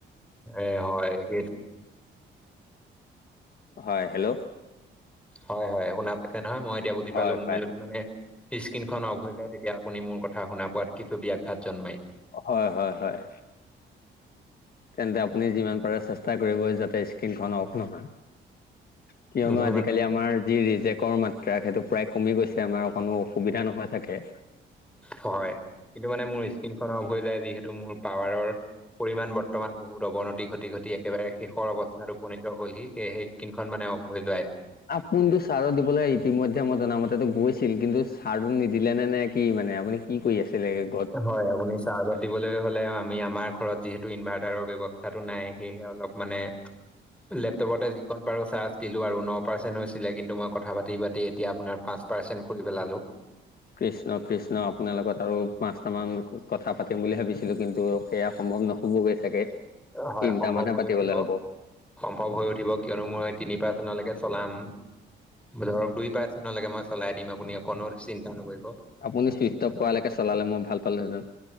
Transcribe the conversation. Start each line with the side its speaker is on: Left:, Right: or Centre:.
Centre: এ হয় সেইট
Left: হয় হেল্ল'!
Centre: হয় হয় শুনা পাইছে নহয় মই এতিয়া বুজি
Left: হয়
Centre: পালো। মোৰ
Left: পাইছো
Centre: যদি মানে স্ক্ৰীণখন অফ হৈ যায় তেতিয়া আপুনি মোৰ কথা শুনা পোৱাত কিছু ব্যাঘাত জন্মে।
Left: হয় হয় হয়, তেন্তে আপুনি যিমান পাৰে চেষ্ট ষ্টা কৰিব যাতে স্ক্ৰীনখন অফ নহয়। কিয়নো
Centre: মোৰ
Left: আজিকালি
Centre: মানে
Left: আমাৰ যি ৰিজেক্ট কৰ মাত্ৰা সেইটো প্ৰায় কমি গৈছে, আমাৰ অকণো অসুবিধা নহয় <unintelligible>
Centre: হয় কিন্তু মানে মোৰ স্কিনখন অফ হৈ যায়। যিহেতু মোৰ পাৱাৰৰ পৰিমাণ বৰ্তমান বহুত অৱনতি ঘটি-ঘটি একেবাৰে শেষৰ অৱস্থাতো উপনীত হ'লহি সেয়েহে স্কিনখন মানে অ'ফ হৈ যায়।
Left: আপুনিতো চাৰ্জত দিবলৈ ইতিমধ্যে মই জনামতেটো গৈছিল, কিন্তু <unintelligible> নিদিলে নে নাই। কি মানে আপুনি কি কৰি আছিলেগে?
Centre: হয় আপুনি চাৰ্জত দিবলে হ'লে আমি আমাৰ ঘৰত যিহেতু ইনভাৰ্টাৰৰ ব্যৱস্থাটো নাই। সেয়েহে অলপ মানে লেপটপটে দি খন পাৰো চাৰ্জ দিলো আৰু ন পাৰ্চেন্ট হৈছিলে কিন্তু মই কথা পাতি-পাতি এতিয়া আপোনাৰ পাঁচ পাৰ্চেন্ট কৰি পেলালো।
Left: কৃষ্ণ কৃষ্ণ! আপোনাৰ লগত আৰু পাঁচটা মান কথা পাতিম বুলি ভাবিছিলো। কিন্তু সেয়া সম্ভৱ নহবগৈ চাগে, তিনটা
Centre: হয় সম্ভৱ
Left: মানহে
Centre: হৈ
Left: পাতিবলে
Centre: উঠিব
Left: হ'ব।
Centre: সম্ভৱ হৈ উঠিব কিয়নো মই তিনি পাৰ্ছেন্তলৈকে চলাম। ধৰক দুই পাৰছেনলকে মই চলাই দিম আপুনি অকনো চিন্তা নকৰিব।
Left: আপুনি চুইচ টপ কৰালৈকে চলালে মই ভাল পালোঁ হেঁতেন।